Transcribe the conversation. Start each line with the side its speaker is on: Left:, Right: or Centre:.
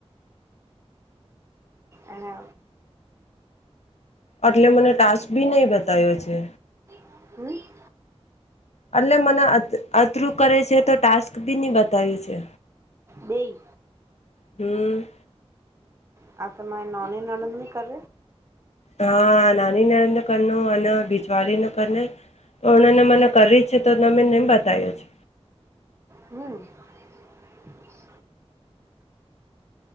Right: અને.
Left: એટલે મને ટાસ્ક બી નહી બતાવયો છે.
Right: હમ.
Left: એટલે મને અતરું કરે છે તો ટાસ્ક બી નહી બતાય છે.
Right: બલ
Left: હમ.
Right: હા તો મા એ નોની નણંદની કર
Left: હા નાની નરમ નું કર ન અને ભીજવાળ નું કર. તોણને મને કરી છે તો તમે નેમ બતાવ્યું છે.
Right: હમ્ <unintelligible>